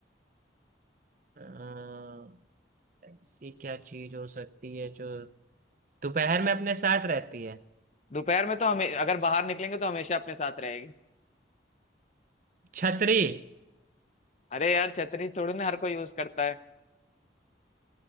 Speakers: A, on the right (about 45°); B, on the left (about 35°).
A: अ, ऐसी क्या चीज हो सकती है जो दोपहर में अपने साथ रहती है
B: दोपहर में तो हमें अगर बाहर निकलेंगे तो हमेशा अपने साथ रहेगी
A: छतरी
B: अरे यार छतरी थोड़ी ना हर कोई यूज करता है